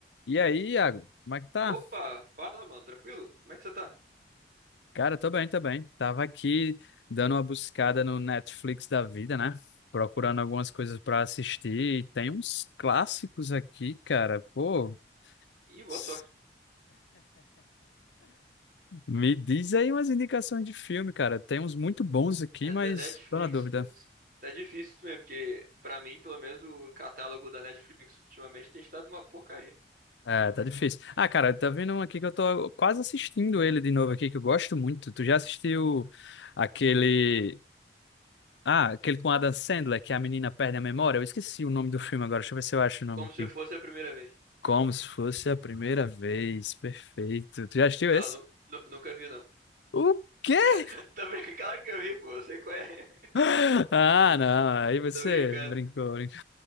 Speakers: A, on the left; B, on the right.
A: E aí, Iago, como é que tá?
B: Opa, fala, mano, tranquilo? Como é que você tá?
A: Cara, tô bem, tô bem. Tava aqui dando uma buscada no Netflix da vida, né? Procurando algumas coisas pra assistir. E Tem uns clássicos aqui, cara. Pô,
B: Ih, boa
A: s-
B: sorte.
A: me diz aí umas indicações de filme, cara. Tem uns muito bons aqui,
B: É
A: mas
B: da Netflix,
A: tô na dúvida.
B: putz. Tá difícil mesmo, porque pra mim, pelo menos, o catálogo da Netflix ultimamente tem estado uma porcaria.
A: É, tá difícil. Ah, cara, tá vendo um aqui que eu tô quase assistindo ele de novo aqui, que eu gosto muito. Tu já assistiu aquele. Ah, aquele com Adam Sandler, que a menina perde a memória. Eu esqueci o nome do filme agora. Deixa eu ver se eu acho o nome
B: Como
A: aqui.
B: se fosse a primeira vez.
A: Como se fosse a primeira vez. Perfeito. Tu já assistiu
B: Não,
A: esse?
B: nu- nu- nunca vi, não.
A: O quê? <gasps>
B: <laughs> Tá brincando? Claro que eu vi, pô, você conhece.
A: <laughs> Ah, não. Aí você
B: <laughs> Tô brincando.
A: brincou, brincou.